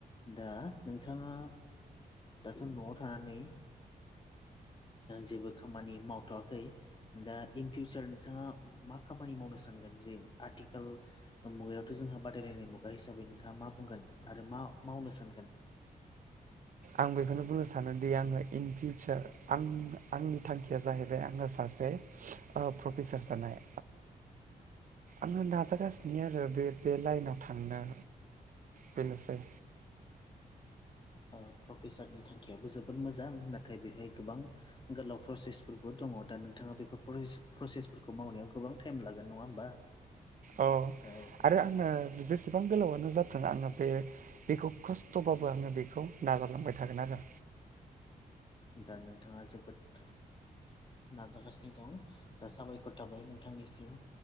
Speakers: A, on the left; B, on the right.
A: दा नोंथांङा दाथ' न'आव थानानै जेबो खामानि मावथ'वाखै दा इन फिउचार नोंथांङा मा खामानि मावनो सानगोन जे आथिखाल मुगायावथ' जोंहा बादायलायनाय मुगा हिसाबै नोंथांङा मा बुंगोन आरो मा मावनो सानगोन
B: आं बेखौनो बुंनो सानोदि आंङो इन फिउचार आं आंनि थांखिया जाहैबाय आंङो सासे प्रफेसार जानाय आंङो नाजागासिनो आरो बे बे लाइनाव थांनो बेनोसै
A: प्रफेसारनि थांखियाबो जोबोद मोजां नाथाय बेवहाय गोबां गोलाव प्रसेसफोरबो दंङो दा नोंथांङा बेफोर प्रसेसफोरखौ मावनायाव गोबां टाइम लागोन नंङा होमबा <unintelligible>
B: औ
A: औ
B: आरो आंङो जेसेबां गोलावानो जाथों आंङो बे बेखौ खस्थ'बाबो आंङो बेखौ नाजालांबाय थागोन आरो
A: दा नोंथांङा जोबोद नाजागासिनो दं दा साबायखर थाबाय नोंथांनिसिम